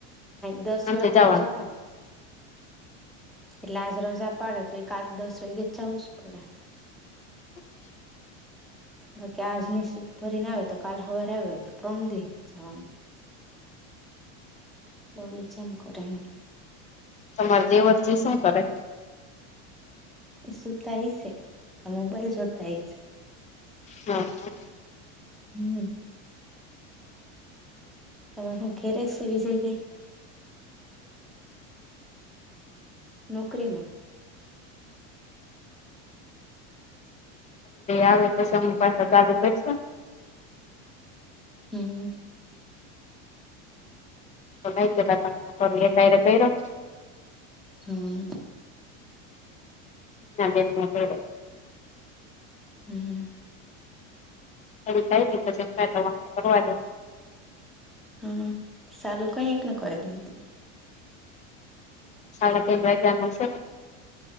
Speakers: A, in the centre; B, on the left.
A: દસ
B: સાંજે
A: વાગે
B: જવાનું
A: તો જવા
B: <unintelligible>
A: એટલે આજ રજા પાડે તો એ કાલે દસ વાગે જ જવું જ પડે
B: <unintelligible>
A: બાકી આજની સીટ ભરીને આવે તો કાલ સવારે આવે તો પ્રમ દે જવાનું લોભ છેમુકણ.
B: તમાર દે વરતી સં કરે
A: એ સુતાય છે આ મોબાઈલ જોતા હય છે
B: હા હા
A: હમ તમામે હ ઘેરે સ બ જઈ ભ નોકરીમાં
B: આવે તોછ પાછા ચાલુ કરશ
A: હમ
B: ય ર કઈ
A: હમ
B: ના બે માટે.
A: હમ હમ.
B: એ થાયી <unintelligible> કરવા દો.
A: હા સાલું કઈ એક ન કરે હતું.
B: સાડા તર વાયાગા નુ છે.